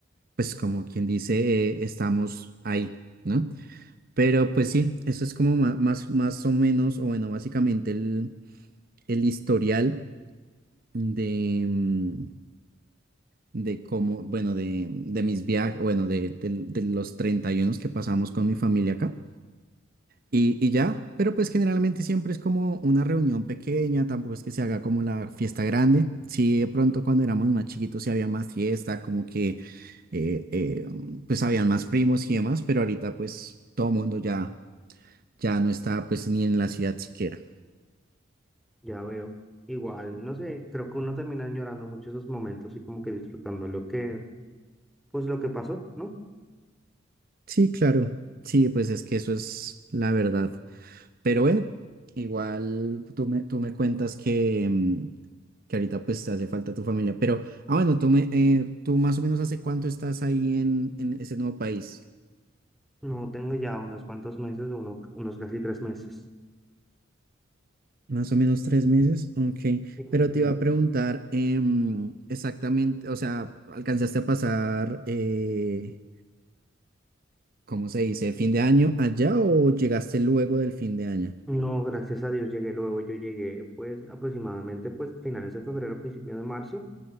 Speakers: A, on the right; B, in the centre.
A: pues como quien dice, eh, estamos ahí, ¿no? Pero pues sí, eso es como ma- más, más o menos, o bueno, básicamente el, el historial de mm, de cómo, bueno, de, de mis viajes, bueno, de, de- de los 31 que pasamos con mi familia acá. Y, y ya, pero pues generalmente siempre es como una reunión pequeña, tampoco es que se haga como la fiesta grande. Sí, de pronto cuando éramos más chiquitos sí había más fiesta, como que eh, eh, pues habían más primos y demás, pero ahorita pues todo mundo ya, ya no está pues ni en la ciudad siquiera.
B: Ya veo. Igual, no sé, creo que uno termina añorando mucho esos momentos y como que disfrutando lo que, pues lo que pasó, ¿no?
A: Sí, claro. Sí, pues es que eso es la verdad. Pero bueno, igual tú me, tú me cuentas que, mm, que ahorita pues te hace falta tu familia. Pero, ah, bueno, tú, me, eh, tú más o menos hace cuánto estás ahí en, en ese nuevo país.
B: No tengo ya unos cuantos meses, uno, unos casi tres meses.
A: Más o menos tres meses, ok.
B: Sí, más
A: Pero te
B: o menos.
A: iba a preguntar em, exactamente, o sea, ¿alcanzaste a pasar, eh, ¿cómo se dice, fin de año allá o llegaste luego del fin de año?
B: No, gracias a Dios llegué luego, yo llegué pues aproximadamente pues finales de febrero, principio de marzo.